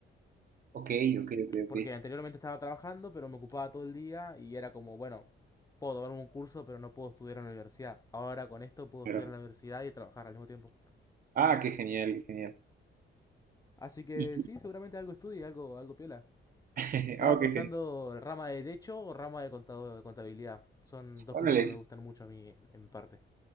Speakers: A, on the right; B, on the left.
A: ok, ok, ok, ok,
B: Porque anteriormente estaba trabajando, pero me ocupaba todo el día y era como, bueno, puedo tomar un curso, pero no puedo estudiar en la universidad. Ahora con esto puedo
A: claro.
B: estudiar en la universidad y trabajar al mismo tiempo.
A: Ah, qué genial, qué genial.
B: Así que
A: Y-
B: sí, seguramente algo estudie, algo, algo piola.
A: <laughs>
B: Estaba
A: ah,
B: pensando
A: qué genial.
B: rama de derecho o rama de contado- de contabilidad. Son dos
A: Órales,
B: cosas que me gustan mucho a mí en parte.